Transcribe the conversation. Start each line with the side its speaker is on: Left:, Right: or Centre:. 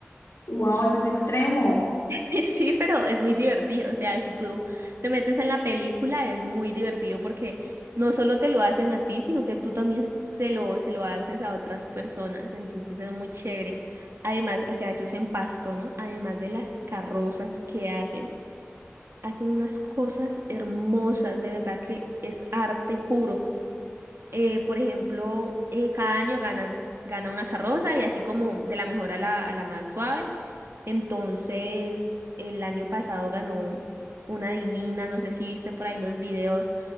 Left: wow, ese es extremo.
Right: <laughs> Sí, pero es muy divertido, o sea, si tú te metes en la película es muy divertido porque no solo te lo hacen a ti, sino que tú también se lo, se lo haces a otras personas, entonces es muy chévere. Además, o sea, eso es en Pasto, ¿no? Además de las carrozas que hacen, hacen unas cosas hermosas, de verdad que es arte puro. eh, por ejemplo, eh, cada año ganan, gana una carroza y así como de la mejor a la, a la más suave. Entonces, el año pasado ganó una divina, no sé si viste por ahí los videos